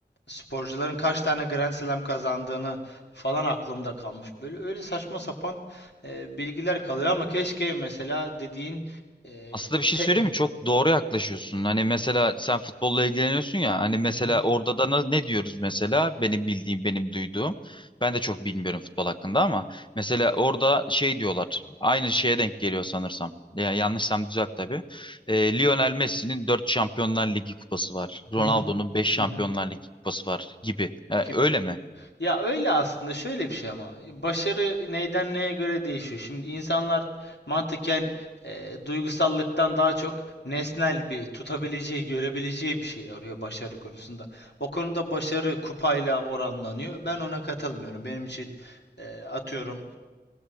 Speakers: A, on the left; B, on the left.
A: sporcuların kaç tane Grand Slam kazandığını falan aklımda kalmış. Böyle öyle saçma sapan e, bilgiler kalıyor ama keşke mesela dediğin e,
B: Aslında bir şey
A: te-
B: söyleyeyim mi? Çok doğru yaklaşıyorsun. Hani mesela sen futbolla ilgileniyorsun ya. Hani mesela
A: Hı hı,
B: orada da na- ne diyoruz mesela? Benim bildiğim, benim duyduğum. Ben de çok bilmiyorum futbol hakkında ama mesela orada şey diyorlar. Aynı şeye denk geliyor sanırsam. Ya yanlışsam düzelt tabii. Ee, Lionel Messi'nin 4 Şampiyonlar Ligi kupası var. Ronaldo'nun
A: hı hı,
B: beş Şampiyonlar
A: hı hı
B: Ligi kupası var gibi. Yani
A: gibi
B: öyle mi?
A: Ya öyle aslında şöyle bir şey ama başarı neyden neye göre değişiyor. Şimdi insanlar mantıken e, duygusallıktan daha çok nesnel bir tutabileceği, görebileceği bir şey arıyor başarı konusunda. O konuda başarı kupayla oranlanıyor. Ben ona katılmıyorum. Benim için e, atıyorum